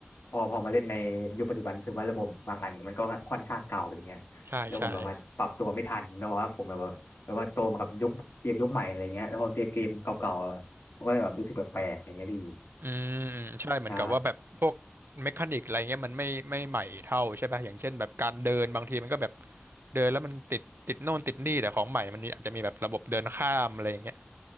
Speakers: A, on the left (about 70°); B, on the right (about 60°).
A: พอพอมาเล่นในยุคปัจจุบันรู้สึกว่าระบบบางอันมันก็ค่อนข้างเก่าอย่างเงี้ยแล้วผมแบบว่าปรับตัวไม่ทันเพราะว่าผมแบบว่าแบบว่าโตมากับยุคเกมยุคใหม่อะไรเงี้ยแล้วพอเจอเกมเก่าๆอะมันก็เลยแบบรู้สึกแปลกๆอย่างเงี้ยพี่
B: ใช่ใช่ อืมอืมใช่เหมือนกับว่าแบบพวก
A: ใช่
B: เมคานิกอะไรเงี้ยมันไม่ไม่ใหม่เท่าใช่ป่ะอย่างเช่นแบบการเดินบางทีมันก็แบบเดินแล้วมันติดติดโน่นติดนี่แต่ของใหม่มันมีอาจจะมีแบบระบบเดินข้ามอะไรเงี้ย